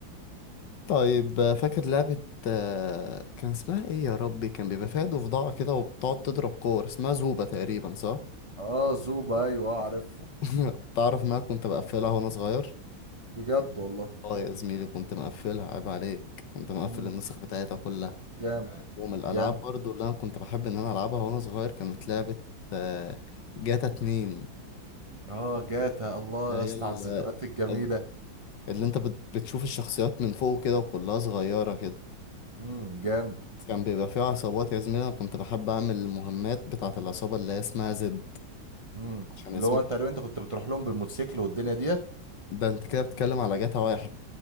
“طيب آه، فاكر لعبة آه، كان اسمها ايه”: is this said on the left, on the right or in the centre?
Left